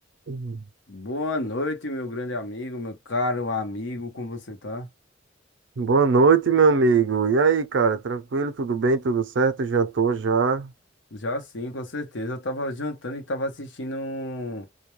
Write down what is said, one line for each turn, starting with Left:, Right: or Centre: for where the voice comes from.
Right: Uhum.
Left: Boa noite, meu grande amigo, meu caro amigo, como você tá?
Right: Boa noite, meu amigo. E aí, cara? Tranquilo? Tudo bem? Tudo certo? Jantou já?
Left: Já sim, com certeza. Eu tava jantando e tava assistindo um,